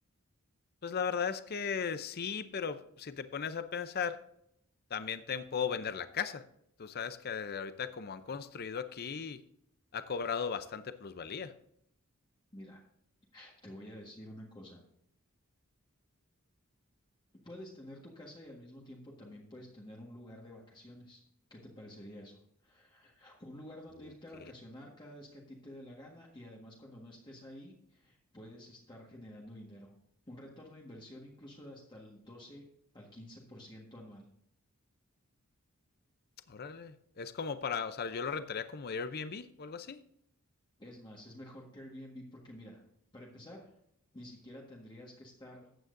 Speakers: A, on the left; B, on the left.
A: Pues la verdad es que sí, pero si te pones a pensar, también te puedo vender la casa. Tú sabes que ahorita como han construido aquí, ha cobrado bastante plusvalía.
B: Mira, te voy a decir una cosa. Puedes tener tu casa y al mismo tiempo también puedes tener un lugar de vacaciones. ¿Qué te parecería eso? Un lugar donde
A: Ok,
B: irte a vacacionar cada vez que a ti te dé la gana y además cuando no estés ahí puedes estar generando dinero. Un retorno de inversión incluso de hasta el 12 al 15% anual.
A: órale. Es como para, o sea, yo lo rentaría como Airbnb o algo así,
B: Es más, es mejor que Airbnb porque mira, para empezar, ni siquiera tendrías que estar